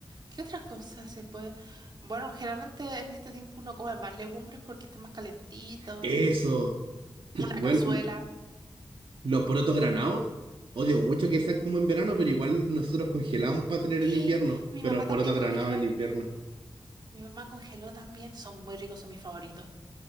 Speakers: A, on the right; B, on the right.
A: ¿Qué otras cosas se puede? Bueno, generalmente en este tiempo uno come más legumbres porque está más calentito.
B: Eso. <clears throat>
A: Una
B: Bueno,
A: cazuela.
B: l- los porotos granados, odio mucho que sean como en verano, pero igual nosotros congelamos para tener
A: Sí,
B: en invierno.
A: mi
B: Pero
A: mamá
B: los
A: también
B: porotos granados
A: congeló.
B: en invierno.
A: Mi mamá congeló también, son muy ricos, son mis favoritos.